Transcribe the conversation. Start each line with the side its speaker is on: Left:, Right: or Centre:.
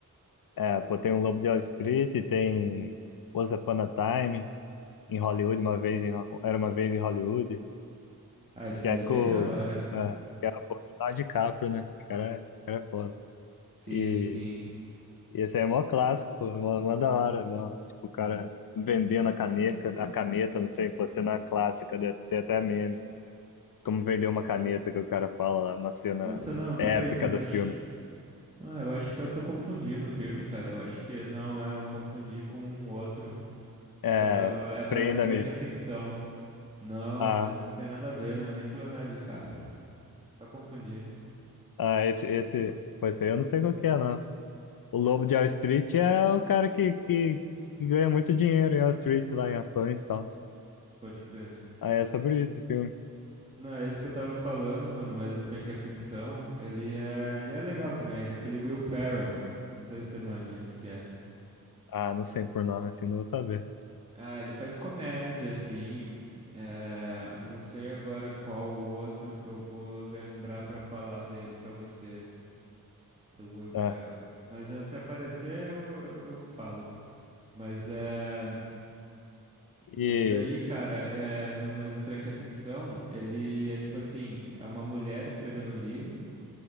Left: É, pô, tem o Lobo de Wall Street, tem Once Upon a Time em Hollywood, uma
Right: moço.
Left: vez em, Ho- era uma vez em Hollywood.
Right: Ah, essa
Left: Que
Right: ideia
Left: é com.
Right: é bem da hora.
Left: É, que é o Leonardo DiCaprio, né? O cara, é, o cara é foda.
Right: Sim,
Left: E,
Right: sim.
Left: e esse aí é mó clássico, pô, mó, mó da hora. Mó, tipo, o cara vendendo a caneca, a caneta, não sei, pô, cena clássica, né? tem até meme. Como vender uma caneta que o cara fala lá, uma cena
Right: Nossa, não, pera
Left: épica
Right: aí, mas
Left: do
Right: acho,
Left: filme.
Right: ah, eu acho que eu tô confundindo o filme, cara. Eu acho que não é, eu confundi com um outro
Left: É,
Right: que chamava É Mais
Left: prenda-me
Right: Estranho que a Ficção. Não,
Left: a,
Right: mas não tem nada a ver, né? Nem com o Leonardo DiCaprio. Só confundi,
Left: a esse, esse. Pô, esse aí eu não sei qual que é, não. O Lobo de Wall Street é o cara que, que, que ganha muito dinheiro em Wall Street, lá em ações e tal.
Right: pode crer.
Left: Aí é sobre isso o filme.
Right: Não, é isso que eu tava falando, mano, mas Estranho que é Ficção, ele é, ele é legal também, é com aquele Will Ferrell. Não sei se você manja quem que é.
Left: Ah, não sei por nome assim, não vou saber.
Right: Ah, ele faz comédia, assim. É, eu não sei agora qual o outro que eu vou lembrar pra falar dele pra você, do Will
Left: Tá.
Right: Ferrell. Mas eh, se aparecer, eu, eu, eu falo. Mas é.
Left: E.
Right: Nesse daí, cara, é, no Mais Estranho que a Ficção, ele é tipo assim, é uma mulher escrevendo o livro,